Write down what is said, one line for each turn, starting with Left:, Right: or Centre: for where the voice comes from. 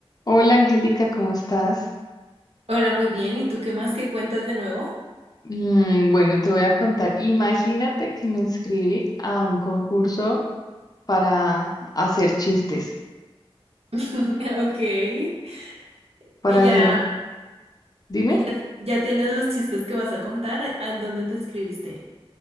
Left: Hola Angélica, ¿cómo estás?
Right: Hola, muy bien. ¿Y tú qué más que cuentas de nuevo?
Left: Mm, bueno, te voy a contar. Imagínate que me inscribí a un concurso para hacer chistes,
Right: <laughs> Ok.
Left: para
Right: Y ya,
Left: hacer un... Dime,
Right: y ya, ya tienes los chistes que vas a contar. ¿En dónde te inscribiste?